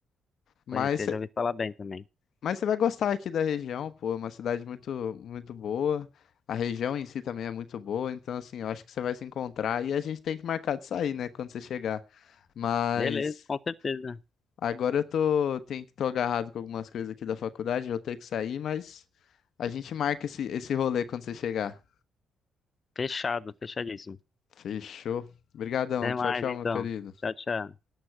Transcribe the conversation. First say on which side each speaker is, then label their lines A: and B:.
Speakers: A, on the left (about 65°); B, on the left (about 40°).
A: Mas
B: Conhecer, já ouvi falar bem também.
A: Mas você vai gostar aqui da região, pô, é uma cidade muito, muito boa. A região em si também é muito boa, então assim, eu acho que você vai se encontrar e a gente tem que marcar de sair, né, quando você chegar. Mas
B: Beleza, com certeza.
A: agora eu tô, tem, tô agarrado com algumas coisas aqui da faculdade, eu vou ter que sair, mas a gente marca esse, esse rolê quando você chegar.
B: Fechado, fechadíssimo.
A: Fechou. Obrigadão.
B: Até
A: Tchau,
B: mais
A: tchau,
B: então.
A: meu querido.
B: Tchau, tchau.